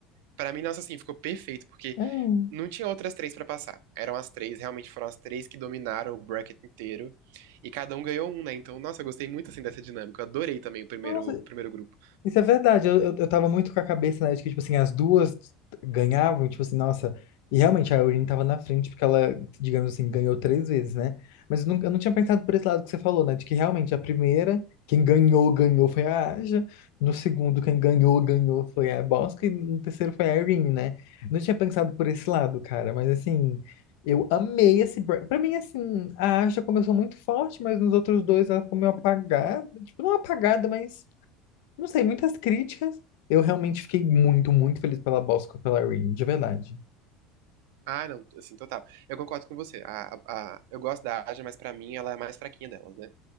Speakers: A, on the right; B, on the left.
A: Pra mim, nossa, assim, ficou perfeito, porque
B: Ah,
A: não tinha outras três pra passar. Eram as três, realmente foram as três que dominaram o bracket inteiro. E cada um ganhou um, né? Então, nossa, eu gostei muito, assim, dessa dinâmica. Eu adorei também o primeiro,
B: Nossa,
A: o primeiro grupo.
B: Isso é verdade. Eu, eu, eu tava muito com a cabeça, né, de que, tipo assim, as duas ganhavam, tipo assim, nossa. E realmente a Eurine tava na frente, porque ela, digamos assim, ganhou três vezes, né? Mas eu não, eu não tinha pensado por esse lado que você falou, né? De que realmente a primeira, quem ganhou, ganhou foi a Aja. No segundo, quem ganhou, ganhou foi a Bosca. E no terceiro foi a Eurine, né? Não tinha pensado por esse lado, cara. Mas assim, eu amei esse break. Pra mim, assim, a Aja começou muito forte, mas nos outros dois ela ficou meio apagada. Tipo, não apagada, mas não sei, muitas críticas. Eu realmente fiquei muito, muito feliz pela Bosco e pela Rain, de verdade.
A: Ah, não, assim, total. Eu concordo com você. A, a, a- eu gosto da Aja, mas pra mim ela é a mais fraquinha delas, né?